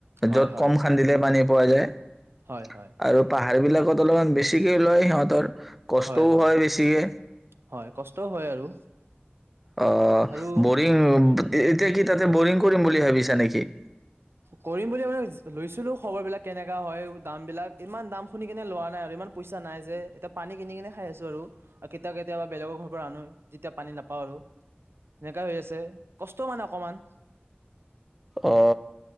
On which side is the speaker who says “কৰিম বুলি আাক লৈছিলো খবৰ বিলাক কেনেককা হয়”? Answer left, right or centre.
Right